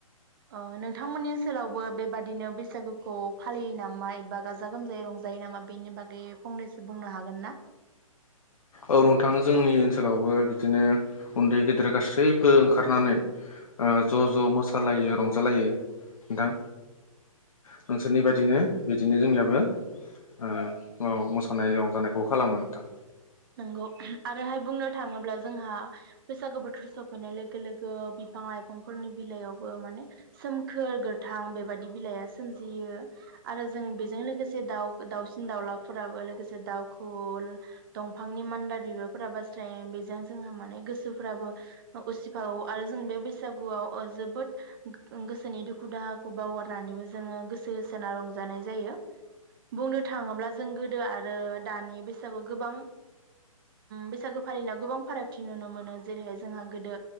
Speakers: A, on the right (about 40°); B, on the left (about 75°).
A: अ नोंथांमोननि ओनसोलावबो बेबादिनो बैसागुखौ फालियो नामा एबा गाजा गोमजायै रंजायो नामा बेनि बागै फंनैसो बुंनो हागोन ना?
B: औ नोंथां जोंनि ओनसोलावबो बिदिनो उन्दै गेदेर गासैबो ओंखारनानै ज' ज' मोसालायो रंजालायो नोंथां नोंसोरनि बायदिनो बिदिनो जोंनियाबो औ मोसानाय रंजानायखौ खालामो नोंथां।
A: न आरोहाय बुंनो थाङोब्ला जोंहा बैसागु बोथोर सफ सफैनाय लोगो लोगो बिफां लाइफांफोरनि बिलाइयावबो माने सोमखोर गोथां बेबादि बिलाइआ सोमजियो आरो जों बेजों लोगोसे दाउ दाउसिन दाउलाफोराबो लोगोसे दाउखौवौ दंफांनि मान्दार बिबारफोरा बास्राय बेजों जोंहा माने गोसोफ्राबो उसिफावो आरो जों बे बैसागुआव जोबोद गोसोनि दुखु दाहाखौ बावगारनानैबो जोङो गोसो होसोना रंजानाय जायो बुंनो थाङोब्ला जों गोदो आरो दानि बैसागुआव गोबां बैसागो फालिनायाव गोबां फारागथि नुनो मोनो जेरैहाय जोंहा गोदो